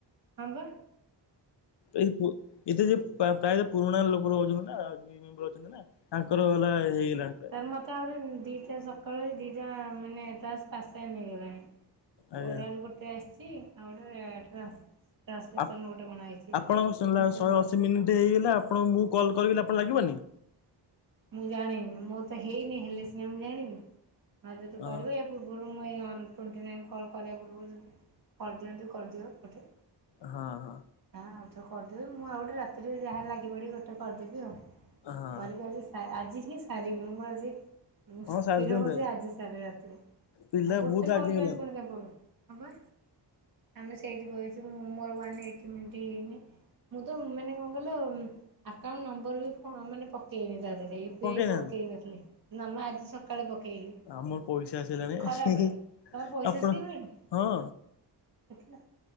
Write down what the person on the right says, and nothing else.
ହଁ ପା।
ତାର୍ ମୋତେ ଆହୁରି ଉଁ ଦିଇଟା ସକାଳ ଓଳେ ଦୁଇଟା ମାନେ ଟାସ୍କ ଆସାଇନ୍ ହେଇଗଲାଣି।
ଓରାଲ ଗୋଟେ ଆସିଛି। ଆଉ ଗୋଟାରେ ଟ୍ରାନ୍ସ ଟ୍ରାନ୍ସମିସନ୍
ଗୋଟେ କଣ ଆଇଛି।
ମୁଁ କେବେ
ମୁଁ ଜାଣିନି ମୋର ତ ହେଇନି ହେଲେ ସିନା ମୁଁ ଜାଣିବି। ନ ହେଲେ ତୁ
କରିବୁ ଏ ପୂର୍ବରୁ ମୁଁ ଏଇ ଅନ୍ ଟ୍ୱେଣ୍ଟି ନାଇନ୍ କଲ୍ କରିବା ପୂର୍ବରୁ ଯଦି କରିଦିଅନ୍ତୁ କରିଦିଅ ଗୋଟେ।
ଯାହା ଆଉ ଚ କରିଦେବି ମୁଁ ଆଉ ଗୋଟେ ରାତିରେ ଯାହା ଲାଗି ପଡି ଗୋଟେ କରିଦେବି ଆଉ।
କରିକି ଆଜି ସା ଆଜି ହିଁ ସାରିବି। ମୁଁ ଆଜି ମୁଁ ସ୍ଥିର
କରିୁଚି ଆଜି ସାରିବି ରାତିରେ।
ଆଉ ଗୋଟେ
କଲ
ପାଇଁ
ପୁଣି କାଇଁ ପ ହଁ ପା ଆମେ ସେଇଠି ବଇଚୁ ମୋର ୱାନ ଏଇଟି ମିନିଟ୍ ହେଇନି। ମୁଁ ତ ମାନେ କଣ କହିଲ ଆକାଉଣ୍ଟ ନମ୍ବର ବି ଫୋ ମାନେ ପକେଇନି ତା ଧିରେ ୟୁ ପି
ଆଇ ପକେଇ ନଥିଲି। ନା ମ ଆଜି ସକାଳେ ପକେଇଲି।
ଖରା
ବେଳେ
ତମର ପଇସା
ଆସିଗଲାଣି
ଦେଖିଲ